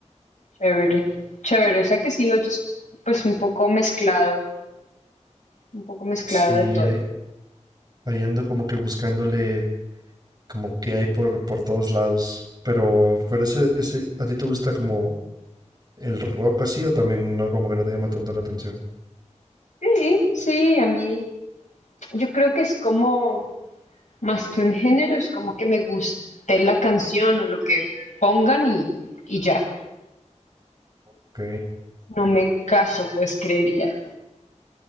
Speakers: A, on the left (about 80°); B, on the right (about 35°).
A: Chévere. Chévere. O sea que sí oyes pues un poco mezclado, un poco mezclado
B: Sí,
A: de todo.
B: ahí, ahí ando como que buscándole como que hay por, por todos lados. Pero, pero ese, ese, ¿a ti te gusta como el rock así o también no, como que no te llama tanto la atención?
A: Sí, sí, a mí. Yo creo que es como. Más que un género, es como que me guste la canción o lo que pongan y, y ya.
B: Ok.
A: No me caso, pues creería.